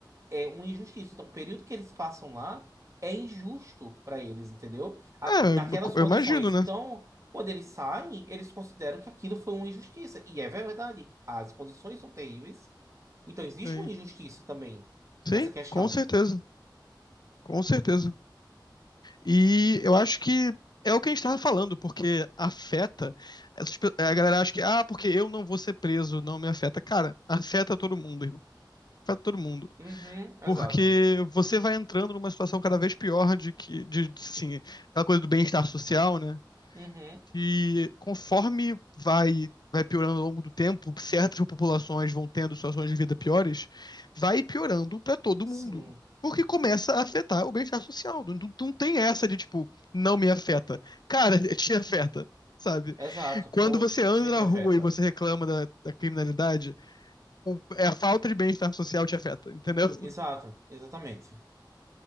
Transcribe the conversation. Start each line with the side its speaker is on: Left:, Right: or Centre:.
Right: é, uma injustiça. Então, o período que eles passam lá é injusto para eles, entendeu? A-
Left: É,
Right: naquelas
Left: eu eu
Right: condições.
Left: imagino, né?
Right: Então, quando eles saem, eles consideram que aquilo foi uma injustiça. E é verdade, as condições são terríveis. Então, existe
Left: Sim.
Right: uma injustiça também
Left: Sim,
Right: nessa questão.
Left: com certeza, com certeza. E eu acho que é o que a gente estava falando, porque afeta. Essas, pe- a galera acha que, ah, porque eu não vou ser preso, não me afeta. Cara, afeta todo mundo, irmão. Afeta todo mundo.
Right: Uhum, exato.
Left: Porque você vai entrando numa situação cada vez pior de que, de, de, assim, aquela coisa do bem-estar social, né?
Right: Uhum,
Left: que conforme vai vai piorando ao longo do tempo, certas populações vão tendo situações de vida piores, vai piorando pra todo
Right: sim,
Left: mundo. Porque começa a afetar o bem-estar social. Não, não tem essa de, tipo, não me afeta. Cara, <laughs> te afeta, sabe?
Right: exato.
Left: Quando
Right: Todo
Left: você anda
Right: sempre
Left: na rua
Right: afeta.
Left: e você reclama da, da criminalidade, o- é a falta de bem-estar social te afeta, entendeu? <laughs>
Right: Exato, exatamente.